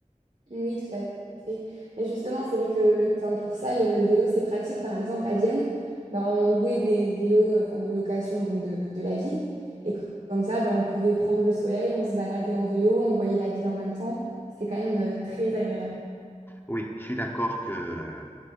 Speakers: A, on the right; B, on the left.
A: Oui, tout à fait. Mais justement, c'est vrai que le, enfin, pour ça, le, le vélo, c'est pratique. Par exemple, à Vienne, ben, on louait des vélos euh, enfin, de location donc de, de la ville. Et co- comme ça, ben, on pouvait prendre le soleil, on se baladait en vélo, on voyait la ville en même temps. C'était quand même euh, très agréable.
B: Oui, je suis d'accord que, euh,